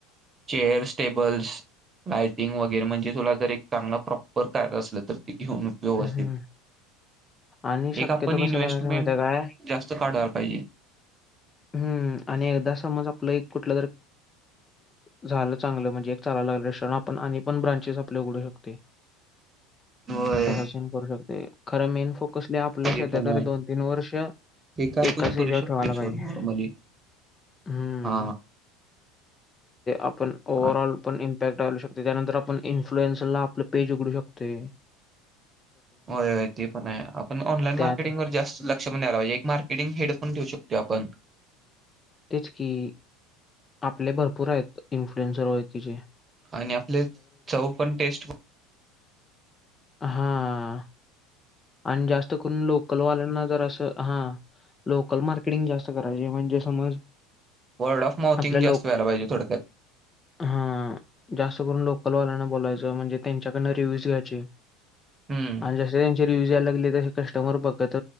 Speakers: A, on the right (about 25°); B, on the left (about 20°).
A: चेअर्स. टेबल्स लायटिंग वगैरे म्हणजे तुला जर एक चांगलं. प्रॉपर काय असलं. तर ते घेऊन. व्यवस्थित.
B: हम्म. आणि शक्यतो
A: एक आपण इन्व्हेस्टमेंट
B: कसं करायचं माहिती आहे काय
A: जास्त काढायला पाहिजे.
B: हम्म आणि एकदा समज. आपलं एक कुठलं. जर झालं चांगलं म्हणजे. एक चालायला लागलं रेॉर आपण आणि पण ब्रांचेस आपले उघडू शकते.
A: होय
B: तस सन करू शकते. खरं मेन फोक् कसले आपलं
A: ते
B: सध्या
A: पण आहे
B: तरी दोन तीन वर्ष
A: ते का आपण
B: एकाच
A: करू
B: हच्याव
A: शकतोय
B: ठेवायला
A: सोड
B: पाहिजे.
A: नॉर्मली
B: हम्म
A: हा
B: आपण. ओवररऑल.
A: हा.
B: इम्पॅक्टाू शकत त्यानंतर आपण इन्फ्लुएन्रला आपल. पेज उघडू शकते.
A: होयय ते पण आहे. आपण ऑनलाईन मार्केटिंग
B: त्यात
A: वर जास्त लक्ष पण द्यायला पाहिजे. एक मार्केटिंग हेड पण ठेऊ शकतो. आपण
B: त्यच की आपले भरपूर आहेत. इन्फ्लुएन्सर व तिचेे
A: आणि आपले. चौ पण टेस्ट
B: हा. आणि जास्त करून लोकल, वाल्यांना जर असं हा लोकल मार्केटिंग जास्त करायचे. म्हणजे समज.
A: वर्ड ऑफ माथिंग
B: आपल्या लोक
A: अस व्हाय पाहिजे. थोड्यात.
B: हा जास्त करून लोकलवाल्यांना बोलायचं म्हणजे त्यांच्याकडं रिव्ह्यूज घ्यायचे.
A: हम्म
B: ज त्यांचे रिव्यूज यायला लागले. तसे कस्टमर बघत